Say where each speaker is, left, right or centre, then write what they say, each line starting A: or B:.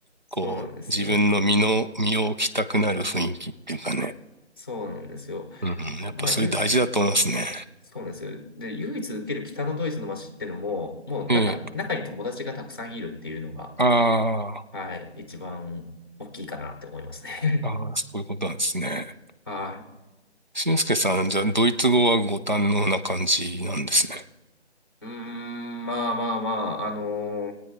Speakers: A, on the left (about 20°); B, on the right (about 45°).
A: そうなんですよ。
B: こう、自分の身の、身を置きたくなる雰囲気っていうかね。
A: そうなんですよ。
B: うん、やっぱそれ大事だと思いますね。
A: まあ、ゆそうなんですよ。で、唯一受ける北のドイツの街ってのも、もう中、
B: ええ。
A: 中に友達がたくさんいるっていうのが、
B: あ
A: はい、一番大きいかなって思いますね。
B: あ、ああ、そういうことなんですね。
A: <laughs> はい。
B: 俊介さん、じゃあ、ドイツ語はご堪能な感じなんですね。
A: うーん、まあまあまあ、あのー